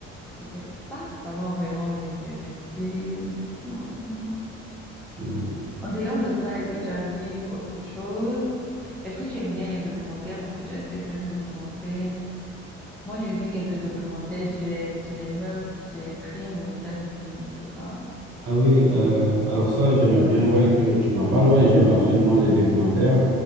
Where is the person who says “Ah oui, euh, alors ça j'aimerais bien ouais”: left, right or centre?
Right